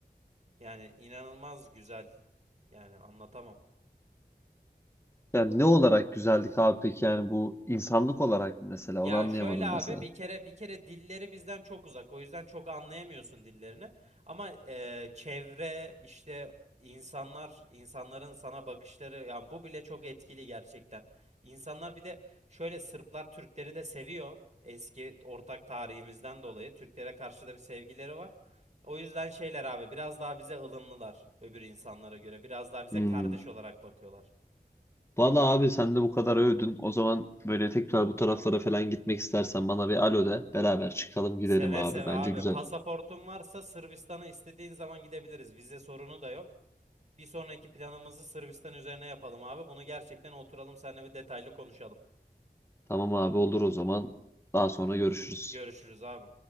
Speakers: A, on the right (about 40°); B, on the left (about 15°).
A: Yani inanılmaz güzel. Yani anlatamam.
B: Yani ne olarak güzellik abi peki yani bu insanlık olarak mı mesela
A: Ya
B: onu anlayamadım
A: şöyle abi
B: mesela.
A: bir kere bir kere dilleri bizden çok uzak. O yüzden çok anlayamıyorsun dillerini. Ama eee, çevre işte insanlar insanların sana bakışları yani bu bile çok etkili gerçekten. İnsanlar bir de şöyle Sırplar Türkleri de seviyor. Eski ortak tarihimizden dolayı Türklere karşı da bir sevgileri var. O yüzden şeyler abi biraz daha bize ılımlılar öbür insanlara göre. Biraz daha bize
B: Hmm.
A: kardeş olarak bakıyorlar.
B: Valla abi sen de bu kadar övdün. O zaman böyle tekrar bu taraflara falan gitmek istersen bana bir alo de beraber çıkalım gidelim
A: Seve
B: abi.
A: seve
B: Bence
A: abi.
B: güzel.
A: Pasaportun varsa Sırbistan'a istediğin zaman gidebiliriz. Vize sorunu da yok. Bir sonraki planımızı Sırbistan üzerine yapalım abi. Bunu gerçekten oturalım seninle bir detaylı konuşalım.
B: Tamam abi olur o zaman. Daha sonra görüşürüz.
A: Görüşürüz abi.